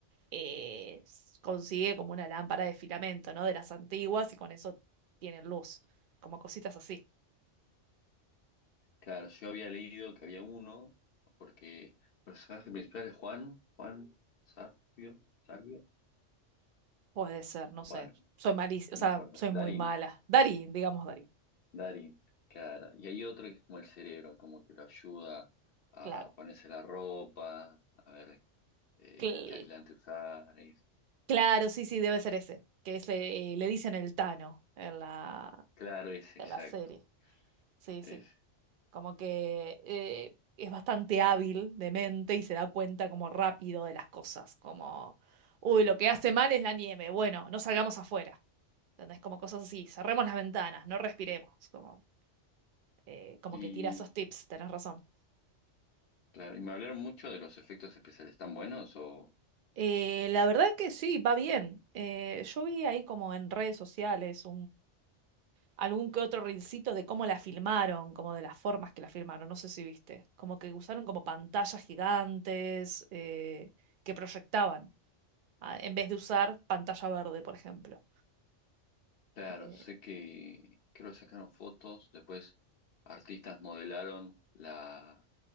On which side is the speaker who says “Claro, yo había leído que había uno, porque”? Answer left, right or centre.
Left